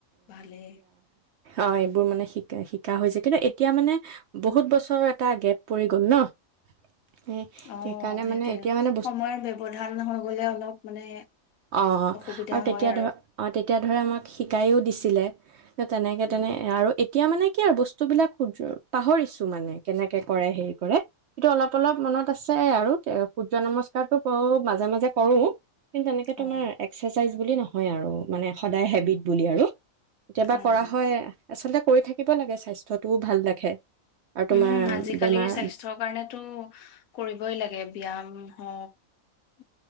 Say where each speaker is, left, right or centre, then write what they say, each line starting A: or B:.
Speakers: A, on the left (about 80°); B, on the right (about 65°).
A: ভালে।
B: অ এইবোৰ মানে শিকায় শিকা হৈছে কিন্তু এতিয়া মানে বহুত বছৰ এটা গেপ পৰি গ'ল ন। সেই
A: অ
B: সেইকাৰণে
A: সেইটোয়ে
B: মানে এতিয়া মানে
A: সময়ৰ ব্যৱধান হৈ গ'লে অলপ মানে
B: অ অ
A: অসুবিধা
B: আৰু তেতিয়া
A: হয়
B: ধৰা, অ তেতিয়া ধৰা আমাক শিকাইও দিছি ছিলে। তেনেকে
A: উম,
B: তেনে আৰু এতিয়া মানে কি আৰু বস্তুবিলাক সূৰ্য্য পাহৰিছোঁ মানে কেনেকে কৰে হেৰি কৰে। কিন্তু অলপ অলপ মনত আছে আৰু এ সূৰ্য নমস্কাৰটো কৰো মাজে মাজে কৰোঁ। কিন্তু তেনেকে তোমাৰ
A: অ',
B: এক্সাৰচাইজ বুলি নহয় আৰু মানে সদায় হেবিট বুলি আৰু কেতিয়াবা
A: অ',
B: কৰা হয় আচলতে কৰি থাকিব লাগে স্বাস্থ্যটোও ভাল ৰাখে আৰু তোমাৰ
A: উম আজিকালিৰ
B: বেমাৰ
A: স্বাস্থ্যৰ কাৰণেতো কৰিবই লাগে ব্যায়াম হওক